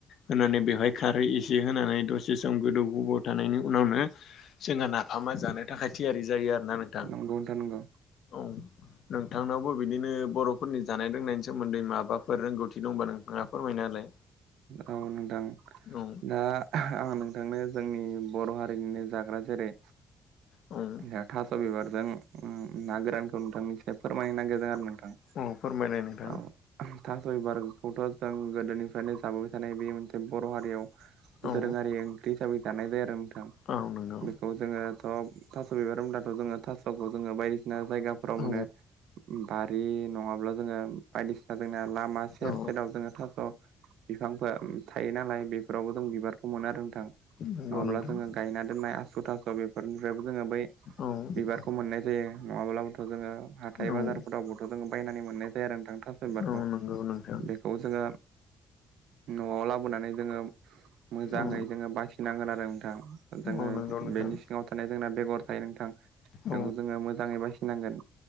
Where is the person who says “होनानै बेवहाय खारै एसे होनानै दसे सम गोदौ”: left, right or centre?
Left